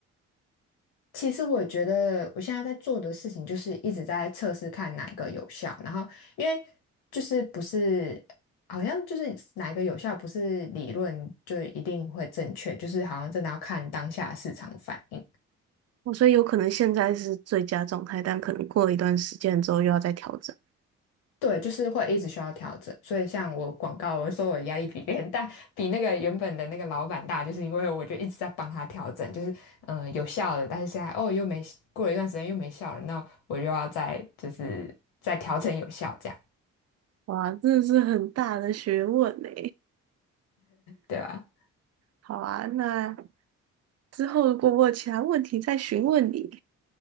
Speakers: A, on the left (about 70°); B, on the right (about 40°).
A: 其实我觉得我现在在做的事情就是一直在测试看哪个有效，然后因为就是不是好像就是哪个有效，不是理论就一定会正确，就是好像真的要看当下市场反应。
B: 哦所以有可能现在是最佳状态，但可能过了一段时间之后又要再调整。
A: 对，就是会一直需要调整，所以像我广告，我说我压力比别人大，比那个原本的那个老板大，就是因为我就一直在帮他调整，就是嗯、呃有效的，但是现在哦又没过了一段时间又没效了，那我就要再就是再调整有效这样，
B: 哇，真的是很大的学问呢。
A: 对吧？
B: 好啊，那之后如果我有其他问题再询问你。